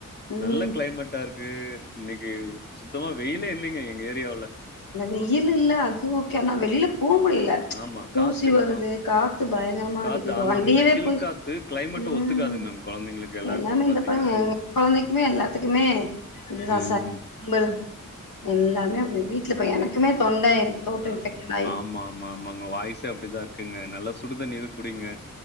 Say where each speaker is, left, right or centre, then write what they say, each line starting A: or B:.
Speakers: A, on the left (about 85°); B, on the left (about 30°).
A: ம்
B: நல்ல கிளைமேட்டா இருக்கு இன்னைக்கு சுத்தமா வெயிலே இல்லேங்க எங்க ஏரியாவுல
A: இங்க வெயில் இல்ல அது ஓகே ஆனா வெளில போ முடில
B: ஆமா
A: தூசி
B: காத்து
A: வருது
B: ஆம்
A: கா த்து பயங்கரமா
B: காத்து
A: அடிக்குது
B: ஆமாங்க
A: வண்டியிலே
B: இந்த சில்
A: போய்
B: காத்து கிளைமேட்டு
A: ம்
B: ஒத்துக்காதுங்க மேம் கொழந்தைங்களுக்கு எல்லாருக்குமே
A: எல்லாமே இந்த
B: பாத்தீங்கன்னா
A: பைய எங் குழந்தைக்குமே எல்லாத்துக்குமே இதுதா
B: ம்
A: சார் ம் எல்லாமே வீட்டுல பைய இப்ப எனக்குமே தொண்ட போட்ட
B: ஆ
A: இன்ஃபெக்ஷனாயிர்மா
B: ஆமா ஆமா ஆமாங்க வாய்ஸே அப்டிதா இருக்குங்க நல்லா சுடுதண்ணி இது குடிங்க